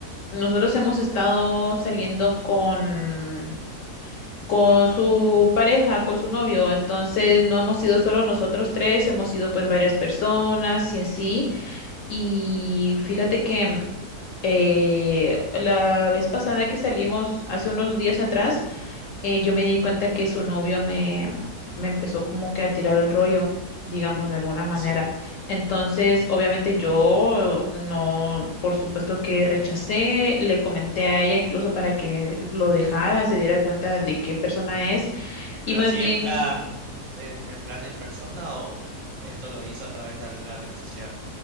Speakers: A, on the left; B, on the right.
A: nosotros hemos estado saliendo con, con su pareja, con su novio, entonces no hemos
B: Ujú.
A: sido solo nosotros tres, hemos sido pues varias personas y así. Y fíjate que eh, la vez pasada que salimos, hace unos días atrás, eh, yo me di cuenta que su novio me, me empezó como que a tirar el rollo, digamos, de alguna
B: Ah,
A: manera.
B: sí.
A: Entonces, obviamente yo no, por supuesto que rechacé, le comenté a ella incluso para que lo dejara, se diera cuenta de qué persona es
B: Pero
A: y más
B: así
A: bien...
B: en plan, en, en plan en persona o esto lo hizo a través de alguna red social.